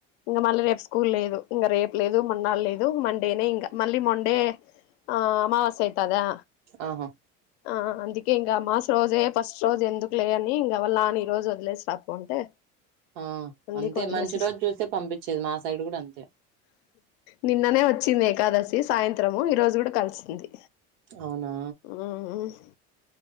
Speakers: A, on the left (about 80°); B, on the right (about 85°).
A: ఇంగా మళ్ళీ రేపు స్కూల్ లేదు ఇంగా రేపు లేదు మొన్నడు లేదు మండేనే ఇంగా మళ్ళీ మండే ఆ అమావాస్య అయితదా
B: ఆహా
A: ఆ అందుకే ఇంగ అమాస రోజే ఫస్ట్ రోజు ఎందుకు లే అని ఇంగా వాళ్ళ నాన్న ఈరోజు వదిలేసి రాపో అంటే
B: ఆ
A: అందుకే
B: అంతే
A: వదిలేసేసా
B: మంచి రోజు చూసే పంపించేది మా సైడ్ కూడా అంతే
A: నిన్ననే వచ్చింది ఏకాదశి సాయంత్రము ఈ రోజు కూడా కలిసింది
B: అవునా
A: ఉమ్